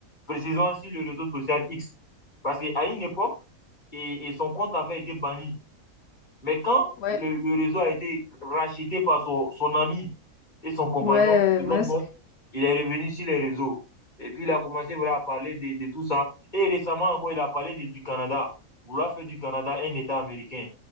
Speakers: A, on the left (about 30°); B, on the left (about 60°).
A: précisons sur le réseau social X, parce qu'à une époque, et, et son compte avait été banni. Mais quand
B: ouais,
A: le, le réseau a été racheté par son, son ami et son compagnon,
B: ouais,
A: Elon
B: euh, Musk.
A: Musk, il est revenu sur les réseaux. Et puis, il a commencé voilà, à parler de, de tout ça. Et récemment encore, il a parlé de- du Canada, vouloir faire du Canada un État américain.